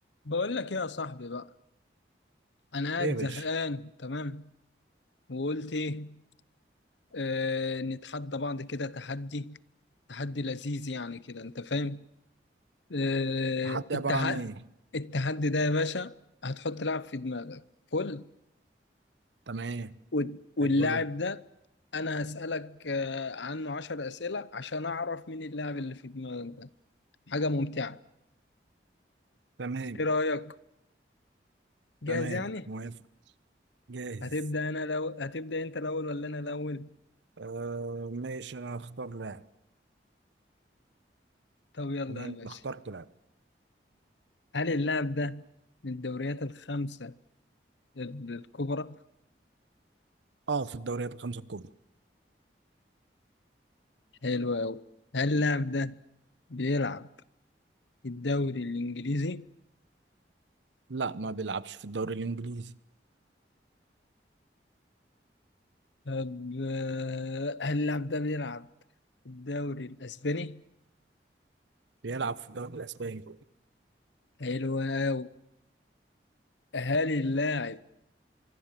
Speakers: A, on the left; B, on the right.
A: بقول لك ايه يا صاحبي بقى انا قاعد
B: ايه يا باشا
A: زهقان تمام وقلت ايه آه نتحدى بعض كده تحدي تحدي لذيذ يعني كده انت فاهم آه
B: التحدي
A: التحدي
B: عبارة عن ايه
A: التحدي ده يا باشا هتحط لاعب في دماغك فل
B: تمام
A: وال- واللاعب
B: حلو أوي
A: ده انا هسألك آه عنه عشر أسئلة عشان اعرف مين اللاعب اللي في دماغك ده حاجة ممتعة
B: تمام
A: ايه رأيك جاهز
B: تمام
A: يعني
B: موافق جاهز
A: هتبدأ انا لو هتبدأ انت الاول ولا انا الاول
B: آه ماشي انا هختار لاعب
A: طب يلا
B: تمام
A: يا باشا
B: اخترت لاعب
A: هل اللاعب ده من الدوريات الخمسة ال- الكبرى؟
B: اه في الدوريات الخمسة الكبرى
A: حلو أوي هل اللاعب ده بيلعب في الدوري الإنجليزي؟
B: لا ما بيلعبش في الدوري الانجليزي
A: طب آه، هل اللاعب ده بيلعب في الدوري الأسباني؟
B: بيلعب في الدوري الاسباني
A: حلو أوي هل اللاعب